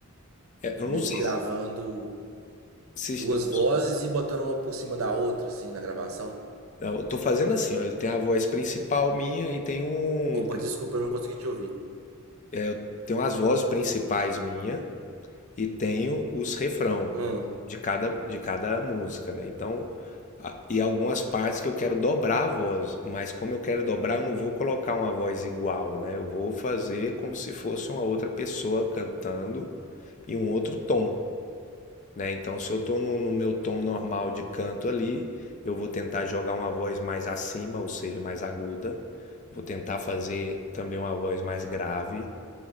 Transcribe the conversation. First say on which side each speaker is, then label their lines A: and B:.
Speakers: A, on the left; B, on the right.
A: É, Eu
B: Meio
A: não sei
B: que gravando
A: se
B: duas
A: eu,
B: vozes e botando uma por cima da outra, assim, na gravação.
A: eu tô fazendo assim, ó, eu tenho a voz principal minha e tenho, um,
B: Opa, desculpa, eu não consegui te ouvir.
A: é, eu tenho as vozes principais minha e tenho os refrão
B: Hum,
A: de cada, de cada música, né? Então, a- e algumas partes que eu quero dobrar a voz, mas como eu quero dobrar, eu não vou colocar uma voz igual, né? Eu vou fazer como se fosse uma outra pessoa cantando em um outro tom, né? Então, se eu tô no, no meu tom normal de canto ali, eu vou tentar jogar uma voz mais acima, ou seja, mais aguda. Vou tentar fazer também uma voz mais grave